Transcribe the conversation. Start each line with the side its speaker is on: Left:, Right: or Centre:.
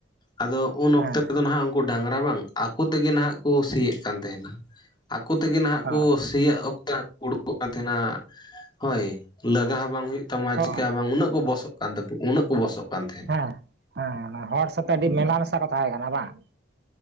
Left: ᱟᱫᱚ ᱩᱱ
Right: ᱦᱮᱸ
Left: ᱚᱠᱛᱮ ᱠᱚᱫᱚ ᱱᱟᱸᱦᱟᱜ ᱩᱱᱠᱩ ᱰᱟᱝᱨᱟ ᱵᱟᱝ ᱟᱠᱚ ᱛᱮᱜᱮ ᱱᱟᱦᱟᱜ ᱠᱚ ᱥᱤᱭᱮᱫ ᱠᱟᱱ ᱛᱟᱦᱮᱸᱱᱟ ᱟᱠᱩ ᱛᱮᱜᱮ ᱱᱟᱦᱟᱜ
Right: ᱚ
Left: ᱠᱩ ᱥᱤᱭᱜ ᱚᱠᱛᱚ ᱟᱠᱚᱠᱚ ᱩᱰᱩᱠᱚᱜ ᱠᱟᱱ ᱛᱟᱦᱮᱱᱟ ᱦᱳᱭ ᱞᱟᱹᱜᱟ ᱦᱚᱸ ᱵᱟᱝ ᱦᱩᱭᱩᱜ ᱛᱟᱢᱟ
Right: ᱚ
Left: ᱪᱮᱠᱟ ᱵᱟᱝ ᱩᱱᱟᱹᱜ ᱠᱚ ᱵᱚᱥᱚᱜ ᱠᱟᱱ ᱛᱟᱠᱚ ᱩᱱᱟᱹᱜ ᱠᱚ ᱵᱚᱥᱚᱜ ᱠᱟᱱ ᱛᱟᱦᱮᱸᱫ
Right: ᱦᱮᱸ ᱦᱮᱸᱮ ᱚᱱᱟ ᱦᱚᱲ ᱥᱟᱛᱮ ᱟᱹᱰᱤ ᱢᱮᱞᱟ ᱢᱮᱥᱟ ᱠᱚ ᱛᱟᱦᱮᱸ ᱠᱟᱱᱟ ᱵᱟᱝ